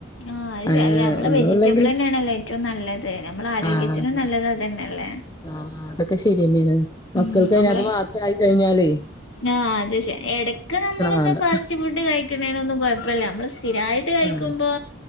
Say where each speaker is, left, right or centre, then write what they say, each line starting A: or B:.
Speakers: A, on the left; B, on the left.
A: ആഹ് അത്
B: ഏഹ്
A: അല്ലാ നമ്മള്
B: ഒന്നുല്ലെങ്കിൽ
A: വെജിറ്റബിൾ തന്നാണല്ലോ ഏറ്റവും നല്ലത് നമ്മള ആരോഗ്യത്തിനും
B: ആഹ് അതെ
A: നല്ലത് അത് തന്നല്ലേ
B: ആഹ് അതൊക്കെ ശെരിയന്നെയാണ് മക്കൾക്കയ്ന്
A: ഉം നമ്മളെ
B: അത് മാത്രായി കഴിഞ്ഞാല്
A: ആഹ് അത് ശെ എടെക്ക് നമ്മളൊന്ന്
B: വേണ്ട
A: ഫാസ്റ്റ് ഫുഡ് കയി ക്കണേനൊന്നും കൊഴപ്പില്ല നമ്മള് സ്ഥിരായിട്ട് കഴിക്കുംമ്പോ
B: ആഹ്